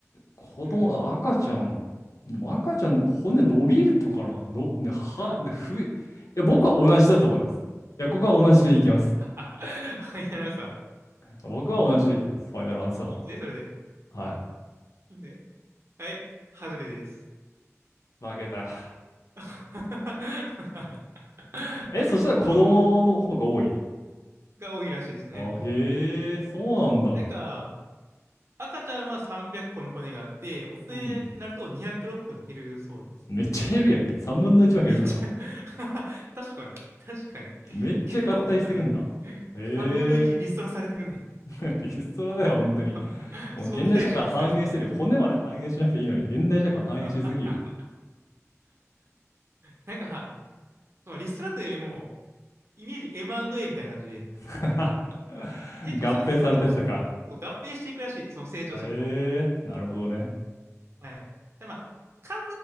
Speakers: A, on the left (about 85°); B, on the right (about 55°).
A: 子供、
B: うん。
A: 赤ちゃん、でも赤ちゃん、骨伸びるってのかなの、ね、は、
B: <laughs>
A: ね、ふえ、いや、僕は同じだと思います。いや、ここは同じでいきます。
B: はい、やらさ
A: 僕は同じでいきます。ファイナルアンサー。
B: ん。いいですね、それで。
A: はい。
B: いいですね。はい、外れです。
A: 負けた。
B: <laughs>
A: え、そしたら子供の方が多い。
B: 子供が多いらしいですね。
A: あ、へえ、そうなんだ。
B: なんか、赤ちゃんは300個の骨があって、大人になると206個に減るそうです。
A: うん。めっちゃ減るやんけ。3分の1は減るんだ。
B: めっちゃ <laughs> 確かに、確かに。
A: めっちゃ合体してくんだ。
B: 結構減ったね。
A: へえ、
B: 3分の1リストラされてるね。
A: <laughs> リストラだよ、本当に。
B: <laughs>
A: もう現代社会反映してるよ。
B: 早期退職させられてる
A: 骨まで反映しなくていいのに、現代社会反映しすぎよ。
B: <laughs> なんか、そのリストラというよりも、イメージ M&A みたいな感じで、
A: <laughs> <laughs>
B: 成長するとそのくっ
A: 合併されてったか。
B: 合併していくらしい、その成長すると。
A: ええーなるほどね。
B: はい。で、まあ、数